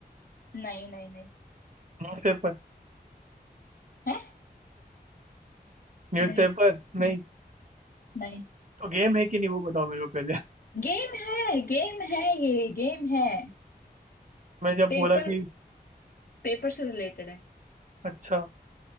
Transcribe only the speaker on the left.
नहीं नहीं नहीं
है
नहीं
नहीं, नहीं।
गेम है गेम है ये गेम है
पेपर
पेपर से रिलेटेड है